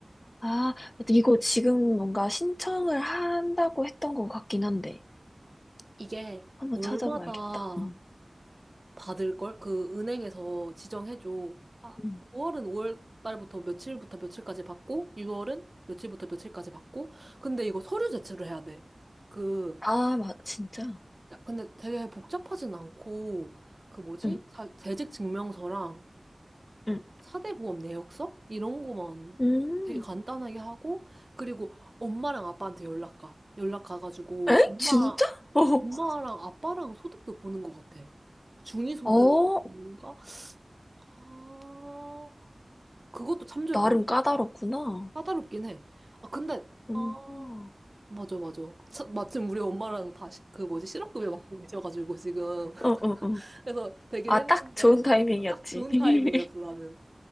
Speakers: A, on the left (about 40°); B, on the right (about 40°).
A: 아, 이거 지금 뭔가 신청을 한다고 했던 것 같긴 한데.
B: 이게
A: 한번
B: 월마다
A: 찾아봐야겠다. 응.
B: 받을 걸? 그 은행에서 지정해 줘. 아,
A: 응.
B: 5월은 5월 달부터 며칠부터 며칠까지 받고 6월은 며칠부터 며칠까지 받고 근데 이거 서류 제출을 해야 돼. 그
A: 아, 맞, 진짜?
B: 야, 근데 되게 복잡하진 않고 그 뭐지?
A: 응.
B: 자, 재직 증명서랑
A: 응.
B: 사대보험 내역서 이런 거만
A: 음.
B: 되게 간단하게 하고 그리고 엄마랑 아빠한테 연락 가. 연락 가가지고
A: 에?
B: 엄마
A: 진짜? <laughs>
B: 엄마랑 아빠랑 소득도 보는 것 같아. 중위소득인가?
A: 어. 어,
B: 아, 그것도 참조했던
A: 나름
B: 거죠.
A: 까다롭구나.
B: 까다롭긴 해. 아, 근데,
A: 응.
B: 아,
A: 어,
B: 맞아, 맞아. 차- 마침 우리 엄마랑 다, 시- 그 뭐지, 실업급여 받고 계셔가지고, 지금. <laughs>
A: 어, 어, 어.
B: 그래서 되긴
A: 아,
B: 했는데,
A: 딱 좋은 타이밍이었지.
B: 딱 좋은
A: <laughs>
B: 타이밍이었어, 나는.